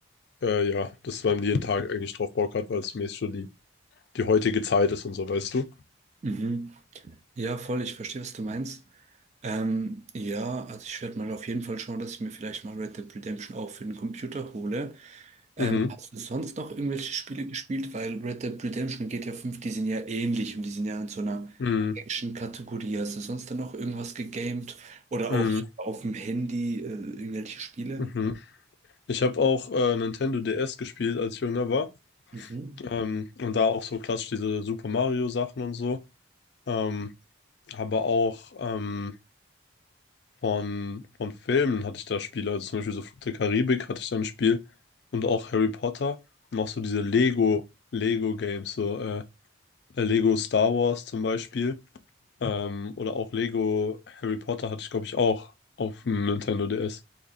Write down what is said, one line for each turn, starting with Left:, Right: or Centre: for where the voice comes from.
Left: äh, ja, dass man jeden Tag eigentlich drauf Bock hat, weil es zumindest schon die, die heutige Zeit ist und so, weißt du?
Right: Mhm. Ja, voll, ich verstehe, was du meinst. Ähm, ja, also ich werde mal auf jeden Fall schauen, dass ich mir vielleicht mal Red Dead Redemption auch für den Computer hole. Ähm,
Left: Mhm.
Right: hast du sonst noch irgendwelche Spiele gespielt? Weil Red Dead Redemption und GTA fünf, die sind ja ähnlich und die sind ja in so einer
Left: Mhm.
Right: Action-Kategorie. Hast du sonst dann noch irgendwas gegamed? Oder
Left: Mhm.
Right: auch auf dem Handy, äh, irgendwelche Spiele?
Left: Mhm. Ich habe auch äh, Nintendo DS gespielt, als ich jünger war.
Right: Mhm.
Left: Ähm, und da auch so klassisch diese Super Mario Sachen und so. Ähm, aber auch ähm, Von, von Filmen hatte ich da Spiele, also zum Beispiel so Fluch der Karibik hatte ich da ein Spiel und auch Harry Potter und auch so diese Lego, Lego Games, so äh, äh, Lego Star Wars zum Beispiel ähm, oder auch Lego Harry Potter hatte ich, glaube ich, auch auf dem Nintendo DS.